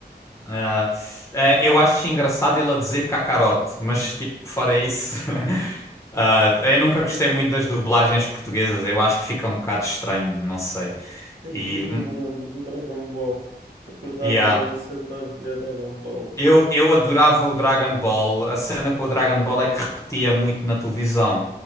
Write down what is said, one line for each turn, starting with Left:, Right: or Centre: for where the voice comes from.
Left: Ah, ah, eu acho engraçado ele a dizer cacarote, mas tipo, fora isso, <laughs> ah,
Right: Uhum,
Left: eu nunca gostei
Right: Eu sim.
Left: muito das dublagens portuguesas, eu acho que fica um bocado estranho, não sei.
Right: Ei,
Left: E,
Right: Eu ainda
Left: hum,
Right: me lembro do Dragon Ball. Acordava
Left: yeah.
Right: bem cedo para ver Dragon Ball.
Left: Eu, eu adorava o Dragon Ball, a cena com o Dragon Ball é que repetia muito na televisão.